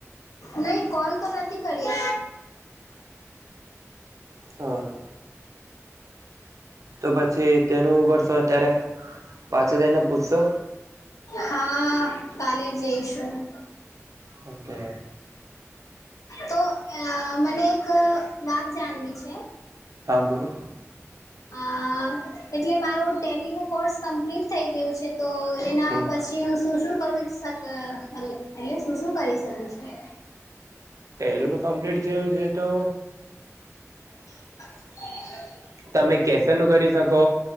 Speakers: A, on the left (about 90°); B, on the right (about 80°).
A: નહી કોલ તો નથી કરી.
B: હા! તો પછી તેનું કરશો અત્યારે પાછી જઈને પૂછશો.
A: હા, કાલે જઈશું.
B: ઓકે!
A: હ તો મને એક વાત, જાણવી છે?
B: હા બોલો.
A: અ એટલે મારું ટેલી નો કોર્સ કમ્પ્લીટ થઈ ગયું છે. તો એના
B: હમ
A: પછી હું, શું શું કરું શક? એટલે શું શું કરી શકું છું?
B: પેલું નું કમ્પ્લીટ થયું છે તો.
A: <inaudible>
B: તમે કેફે નું કરી શકો.